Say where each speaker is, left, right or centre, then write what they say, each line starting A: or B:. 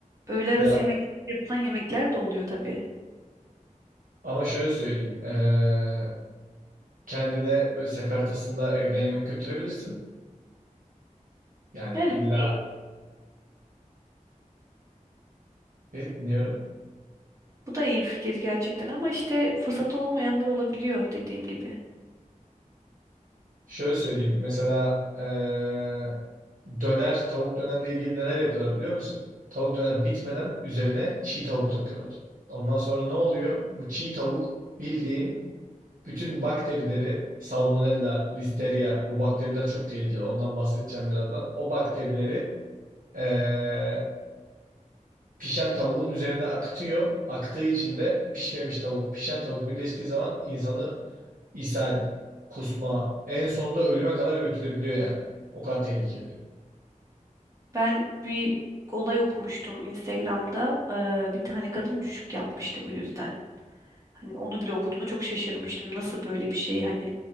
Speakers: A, on the right; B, on the right.
A: Öğle
B: Ya
A: arası yemekler yapılan yemekler de oluyor tabii.
B: ama şöyle söyleyeyim. ee, kendine böyle sefer tasında evden yemek götürebilirsin. Yani
A: Yani
B: illa
A: bu ne?
B: ne dinliyorum.
A: Bu da iyi bir fikir gerçekten ama işte fırsatı olmayanlar olabiliyor dediğim gibi.
B: Şöyle söyleyeyim. Mesela eee, döner, tavuk dönerle ilgili neler yapıyorlar biliyor musun? Tavuk döner bitmeden üzerine çiğ tavuk takıyorlar. Ondan sonra ne oluyor? Bu çiğ tavuk bildiğin bütün bakterileri, salmonella, listeria, bu bakteriler çok tehlikeli. Ondan bahsedeceğim birazdan. O bakterileri eee, pişen tavuğun üzerine akıtıyor. Aktığı için de pişmemiş tavuk, pişen tavuk birleştiği zaman insanı ishal, kusma en sonunda ölüme kadar götürebiliyor yani. O kadar tehlikeli.
A: Ben bir olay okumuştum Instagram'da. Ee, bir tane kadın düşük yapmıştı bu yüzden. Hani onu bile okuduğumda çok şaşırmıştım. Nasıl böyle bir şey hani